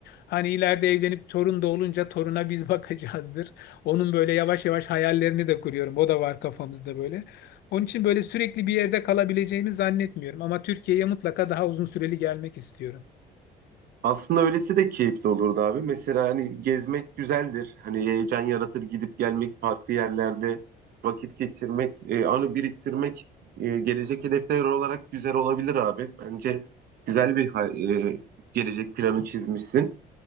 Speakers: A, on the left (about 70°); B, on the right (about 65°).
A: Hani ileride evlenip torun da olunca toruna biz <laughs> bakacağızdır. Onun böyle yavaş yavaş hayallerini de kuruyorum. O da var kafamızda böyle. Onun için böyle sürekli bir yerde kalabileceğimi zannetmiyorum. Ama Türkiye'ye mutlaka daha uzun süreli gelmek istiyorum.
B: Aslında öylesi de keyifli olurdu abi. Mesela hani gezmek güzeldir. Hani heyecan yaratır gidip gelmek farklı yerlerde vakit geçirmek, e, anı biriktirmek e, gelecek hedefler olarak güzel olabilir abi. Bence güzel bir hay- e, gelecek planı çizmişsin.